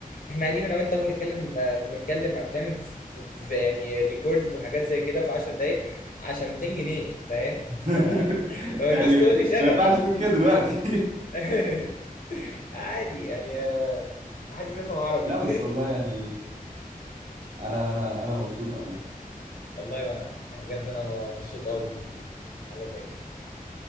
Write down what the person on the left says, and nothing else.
احنا قاعدين انا وانت اهو بنتكلم آه، بنتكلم عم بنعمل في في- في- يعني ريكوردد وحاجات زي كده في 10 دقائق عشان 200 جنيه فاهم <laughs>
فما
تجيش تقول لي شغف
<laughs> عادي يعني آه، ما حدش بيفهم
عربي
<laughs> والله وانا يعني بجد انا مبسوط قوي بالحاجه زي كده